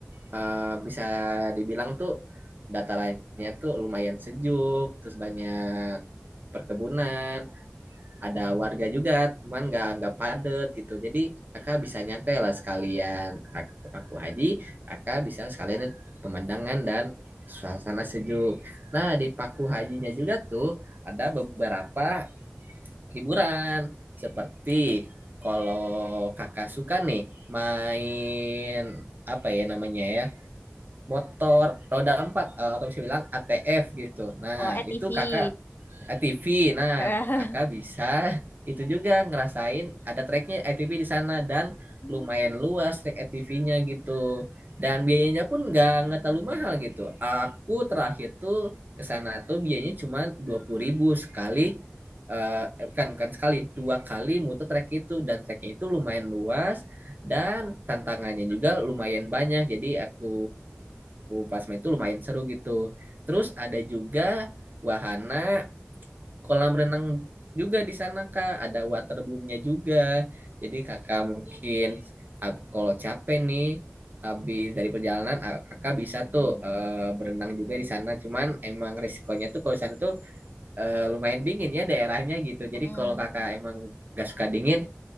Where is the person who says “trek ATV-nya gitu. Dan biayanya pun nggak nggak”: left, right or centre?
Right